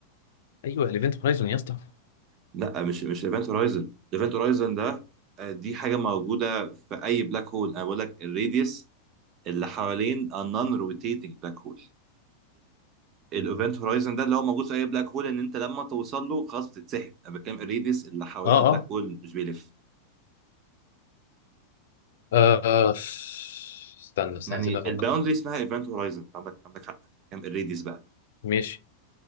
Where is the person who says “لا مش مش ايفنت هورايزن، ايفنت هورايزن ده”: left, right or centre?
Right